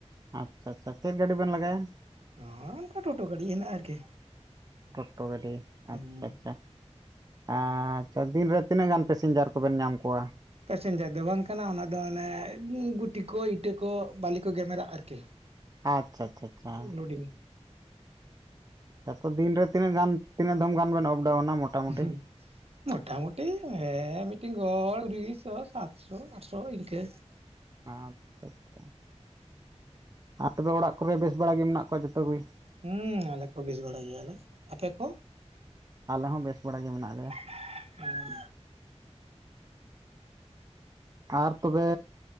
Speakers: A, on the right; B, on the right.
A: ᱟᱪᱪᱷᱟ ᱟᱪᱪᱷᱟ ᱪᱮᱫ ᱜᱟᱹᱰᱤ ᱵᱮᱱ ᱞᱟᱜᱟᱭᱟ
B: ᱱᱚ ᱚᱱᱠᱟ ᱴᱳᱴᱳ ᱜᱟᱹᱰᱤ ᱜᱮ ᱦᱮᱱᱟᱜᱼᱟ ᱟᱨᱠᱤ
A: ᱴᱳᱴᱳ ᱜᱟᱹᱰᱤ
B: ᱦᱩᱸ
A: ᱟᱪᱪᱷᱟ ᱟᱪᱪᱷᱟ ᱟᱪᱪᱷᱟ ᱫᱤᱱᱨᱮ ᱛᱤᱱᱟᱹᱜ ᱜᱟᱱ ᱯᱮᱥᱮᱧᱡᱟᱨ ᱠᱚᱵᱮᱱ ᱧᱟᱢ ᱠᱚᱣᱟ
B: ᱯᱮᱥᱮᱧᱡᱟᱨ ᱫᱚ ᱵᱟᱝ ᱠᱟᱱᱟ ᱚᱱᱟ ᱫᱚ ᱚᱱᱮ ᱜᱤᱴᱤ ᱠᱚ ᱤᱴᱟᱹ ᱠᱚ ᱵᱟᱞᱤ ᱠᱚ ᱜᱮᱢᱮᱨᱟᱜ ᱟᱨᱠᱤ
A: ᱟᱪᱪᱷᱟ ᱟᱪᱪᱷᱟ ᱟᱪᱪᱷᱟ
B: ᱞᱳᱰᱤᱝ
A: ᱛᱟᱨᱯᱚᱨ ᱫᱤᱱ ᱨᱮ ᱛᱤᱱᱟᱹᱜ ᱜᱟᱱ ᱛᱤᱱᱟᱹᱜ ᱫᱷᱚᱢ ᱜᱟᱱ ᱵᱮᱱ ᱚᱯᱰᱟᱣᱩᱱᱟ ᱢᱚ
B: ᱦᱩᱸ
A: <unintelligible>
B: ᱢᱚᱴᱟᱢᱩᱴᱤ ᱦᱮᱸ ᱢᱤᱫᱴᱤᱱ ᱜᱚᱲ ᱠᱩᱲᱤᱥᱚ ᱥᱟᱛᱥᱚ ᱟᱴᱥᱚ ᱤᱱᱠᱟᱹ
A: ᱟᱪᱪᱷᱟ ᱟᱪᱪᱷᱟ ᱟᱯᱮ ᱫᱚ ᱚᱲᱟᱜ ᱠᱚᱨᱮ ᱵᱮᱥ ᱵᱟᱲᱟ ᱜᱮ ᱢᱮᱱᱟᱜ ᱠᱚᱣᱟ ᱡᱚᱛᱚᱜᱮ
B: ᱦᱩᱸ ᱟᱞᱮ ᱠᱚ ᱵᱮᱥ ᱵᱟᱲᱟ ᱜᱮᱭᱟᱞᱮ ᱟᱯᱮ ᱠᱚ
A: ᱟᱞᱮ ᱦᱚᱸ ᱵᱮᱥ ᱵᱟᱲᱟ ᱜᱮ ᱢᱮᱱᱟᱜ ᱞᱮᱭᱟ
B: <unintelligible>
A: ᱟᱨ ᱛᱚᱵᱮ